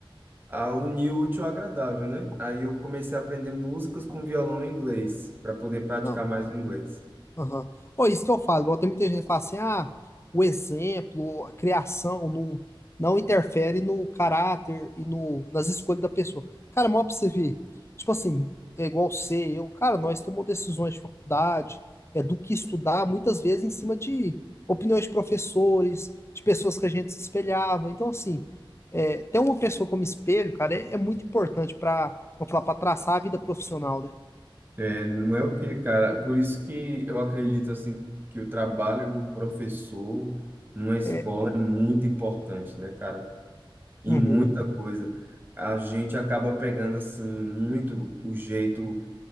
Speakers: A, on the right (about 20°); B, on the left (about 30°).
A: a unir o útil ao agradável, né? Aí eu comecei a aprender músicas com violão em inglês, para poder praticar
B: Não,
A: mais o inglês.
B: Aham. Ó, isso que eu falo, igual tem muita gente que fala assim, ah, o exemplo, a criação não, não interfere no caráter e no, nas escolhas da pessoa. Cara, mal pra você ver, tipo assim, é igual você, eu, cara, nós tomamos decisões de faculdade, é do que estudar, muitas vezes em cima de opiniões de professores, de pessoas que a gente se espelhava. Então, assim, é, ter uma pessoa como espelho, cara, é, é muito importante pra, vamos falar, pra traçar a vida profissional, né?
A: É, não é o quê, cara? Por isso que eu acredito, assim, que o trabalho do professor numa escola
B: É,
A: é muito importante, né, cara? Em
B: uhum,
A: muita coisa. A gente acaba pegando, assim, muito o jeito